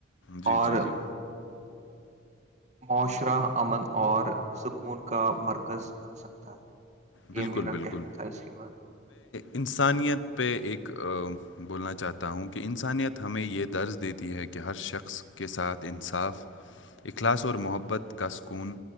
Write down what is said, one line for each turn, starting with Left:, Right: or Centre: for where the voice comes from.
Left: جی
Right: اور
Left: جی جی
Right: معاشرہ امن اور سکون کا مرکز بن سکتا ہے
Left: بالکل
Right: یہ میرا
Left: بالکل
Right: کہنا تھا اس کے بارے میں
Left: انسانیت پہ ایک بولنا چاہتا ہوں کہ انسانیت ہمیں یہ درج دیتی ہے کہ کہ ہر شخص کے ساتھ انصاف اخلاص اور محبت کا سکون